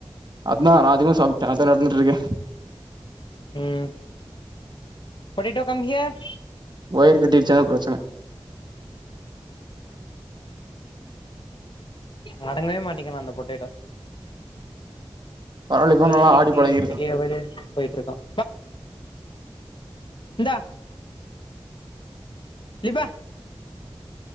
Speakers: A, on the right; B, on the left.
A: அதா நா அதிகமா சாப்டே அதா நடந்துட்ருக்கே
B: ம் பொடிட்டோ கம் ஹியர்
A: வய்று கட்டிருச்சுனா பெரச்சன
B: மடங்கவே மாட்டிக்கெனா அந்த பொட்டேட்டோ
A: பரவால்ல இப்பதா
B: பொழுதென்னெக்கி
A: நல்லா ஆடி பழகிருக்கா
B: வெளிய வெளிய போய்ட்டுருக்கான் இன்தா இப்பா